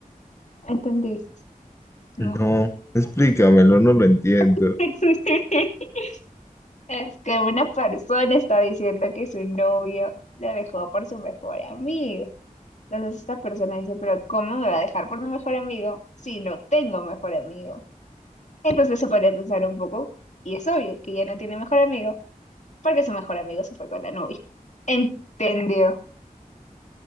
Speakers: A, on the left; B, on the left.
A: ¿Entendiste? No.
B: No, explícamelo, no lo entiendo.
A: <laughs> Es que una persona está diciendo que su novio la dejó por su mejor amigo. Entonces esta persona dice, pero ¿cómo me va a dejar por mi mejor amigo si no tengo mejor amigo? Entonces se podría pensar un poco, y es obvio que ya no tiene mejor amigo porque su mejor amigo se fue con la novia. ¿Entendió?